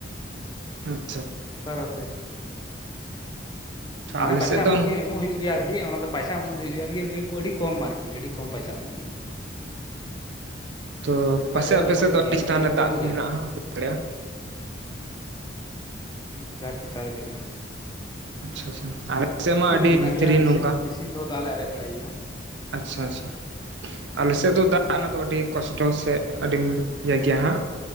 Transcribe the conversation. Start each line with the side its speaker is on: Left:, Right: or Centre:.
Right: ᱦᱮᱸ᱾
Left: ᱥᱚᱨᱠᱟᱨ ᱛᱮ ᱦᱩᱭ ᱠᱮᱫ ᱫᱚ᱾
Right: ᱛᱚ
Left: ᱢᱟᱱᱮ
Right: ᱟᱞᱮ
Left: ᱯᱟᱭᱥᱟ
Right: ᱥᱮᱫ ᱫᱚ
Left: ᱮᱢᱚᱜ ᱜᱮ ᱮᱢᱚᱜ ᱦᱩᱭᱩᱜ ᱜᱮᱭᱟ ᱟᱨ ᱠᱤ ᱚᱱᱟ ᱫᱚ ᱯᱟᱭᱥᱟᱢ ᱮᱢᱚᱜ ᱦᱩᱭᱩᱜᱼᱟ ᱟᱨᱠᱤ ᱟᱹᱰᱤ ᱠᱚᱢ ᱟᱨᱠᱤ ᱟᱹᱰᱤ ᱠᱚᱢ ᱯᱟᱭᱥᱟ ᱮᱢᱚᱜ ᱦᱩᱭᱩᱜᱼᱟ᱾
Right: ᱛᱚ ᱯᱟᱥᱮ
Left: ᱯᱟᱭᱥᱟ
Right: ᱟᱯᱮ
Left: ᱮᱢᱚᱜ
Right: ᱥᱮᱫ
Left: ᱦᱩᱭᱩᱜ
Right: ᱫᱚ ᱟᱹᱰᱤ
Left: ᱜᱮᱭᱟ ᱟᱨᱠᱤ
Right: ᱪᱮᱛᱟᱱ ᱨᱮ
Left: ᱠᱚᱢ
Right: ᱫᱟᱜ ᱠᱚ
Left: ᱜᱮᱭᱟ
Right: ᱢᱮᱱᱟᱜᱼᱟ
Left: ᱟᱨᱠᱤ
Right: ᱦᱩᱭ ᱫᱟᱲᱮᱭᱟᱜᱼᱟ
Left: ᱦᱩᱸ ᱪᱮᱛᱟᱱ ᱪᱮᱛᱟᱱ ᱨᱮᱜᱮ ᱦᱮᱸᱱᱟᱜᱼᱟ᱾
Right: ᱟᱪᱪᱷᱟ ᱟᱪᱪᱷᱟ ᱟᱞᱮ ᱥᱮᱫ
Left: ᱢᱤᱥᱤᱱ
Right: ᱢᱟ ᱟᱹᱰᱤ
Left: ᱦᱚᱸ ᱢᱮᱱᱟᱜ
Right: ᱵᱷᱤᱛᱨᱤ
Left: ᱜᱮᱭᱟ ᱢᱤᱥᱤᱱ
Right: ᱱᱚᱝᱠᱟ
Left: ᱢᱥᱤᱱ ᱛᱮᱦᱚᱸ ᱫᱟᱜ ᱞᱮ ᱟᱨᱮᱡ ᱵᱟᱲᱟᱭ ᱜᱮᱭᱟ᱾
Right: ᱟᱪᱪᱷᱟ ᱟᱪᱪᱷᱟ᱾ ᱟᱞᱮᱥᱮᱫ
Left: ᱢᱮᱥᱤᱱ
Right: ᱫᱚ ᱫᱟᱜ ᱨᱮᱱᱟᱜ ᱫᱚ ᱟᱹᱰᱤ ᱠᱚᱥᱴᱚ ᱥᱮ ᱟᱹᱰᱤ ᱤᱭᱟᱹ ᱜᱮᱭᱟ ᱦᱟᱸᱜ